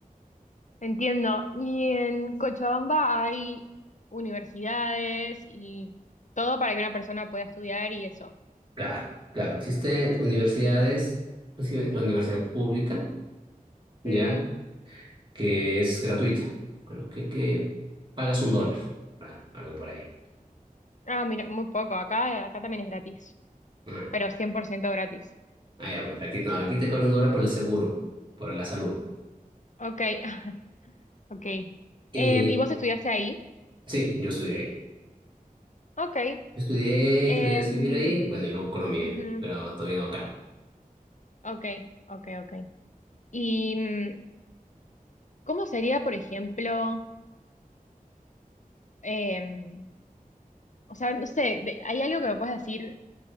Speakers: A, on the left; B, on the right.
A: Entiendo. Y en Cochabamba hay universidades y todo para que una persona pueda estudiar y eso.
B: Claro, claro. Existen universidades, pues sí, la universidad pública, ¿ya?
A: Mm.
B: Que es gratuita. Creo que, que pagas un dólar, ah, algo por ahí.
A: Ah, mira, muy poco. Acá, acá también es gratis,
B: Ah,
A: pero 100% gratis.
B: ah, ya, pues, aquí, no, aquí te cobran un dólar por el seguro, por la salud.
A: Ok. <laughs> Ok.
B: Y
A: Em, ¿y vos estudiaste ahí?
B: sí, yo estudié ahí.
A: Ok.
B: Yo estudié
A: Em,
B: ingeniería civil ahí, bueno, y luego economía,
A: ujú.
B: pero todavía no acá.
A: Ok, ok, ok. ¿Y mm, cómo sería, por ejemplo? eh, o sea, no sé, de- ¿hay algo que me puedas decir